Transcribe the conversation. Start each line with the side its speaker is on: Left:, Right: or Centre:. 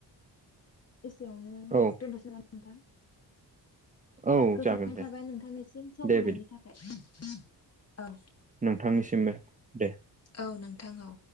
Left: एसेयावनो
Right: औ
Left: दोनथ'सै नामा नोंथां
Right: औ
Left: गोजोननाय
Right: जागोन दे
Left: थाबाय नोंथांनिसिम सम
Right: दे
Left: होनायनि
Right: बिदि
Left: थाखाय औ
Right: नोंथांनिसिमबो दे
Left: औ नोंथां औ